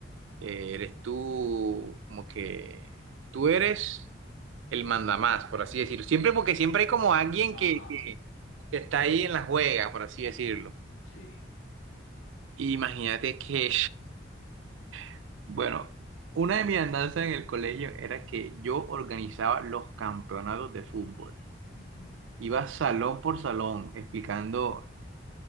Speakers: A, on the right; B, on the left.
A: Eh, eres tú como que tú eres el mandamás, por así decirlo. Siempre porque siempre hay como alguien que,
B: Ajá,
A: que- que está ahí en la juega, por así decirlo.
B: sí.
A: imagínate que, <laughs> bueno, una de mis andanzas en el colegio era que yo organizaba los campeonatos de fútbol.
B: ujú,
A: Iba salón por salón explicando